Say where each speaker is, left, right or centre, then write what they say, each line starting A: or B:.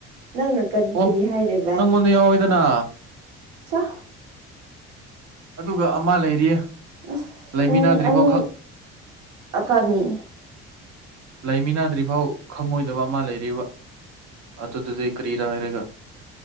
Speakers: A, on the right; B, on the right.
A: ꯅꯪꯅ ꯀꯔꯤ
B: ꯑꯣ
A: ꯀꯔꯤ ꯍꯥꯏꯔꯦꯕ
B: ꯅꯪꯉꯣꯟꯗ ꯌꯥꯎꯋꯤꯗꯅ
A: ꯆꯥ
B: ꯑꯗꯨꯒ ꯑꯃ ꯂꯩꯔꯤꯌꯦ
A: ꯑꯁ
B: ꯂꯩꯃꯤꯟꯅꯗ꯭ꯔꯤꯐꯥꯎ
A: ꯑꯅꯤ ꯑꯅꯤ
B: ꯈꯛ
A: ꯀꯔꯤ
B: ꯂꯩꯃꯤꯟꯅꯗ꯭ꯔꯤ ꯐꯥꯎ ꯈꯪꯉꯣꯏꯗꯕ ꯑꯃ ꯂꯩꯔꯤꯕ ꯑꯗꯨꯗꯨꯗꯤ ꯀꯔꯤꯔ ꯍꯥꯏꯔꯒ